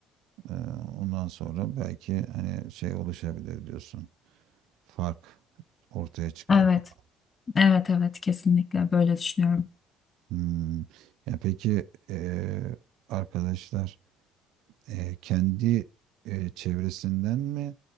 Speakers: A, on the right; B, on the left.
A: Ee, ondan sonra belki hani şey oluşabilir diyorsun. Fark ortaya çıkar
B: Evet,
A: falan.
B: evet, evet kesinlikle böyle düşünüyorum.
A: Hmm. Ya peki e, arkadaşlar e, kendi e, çevresinden mi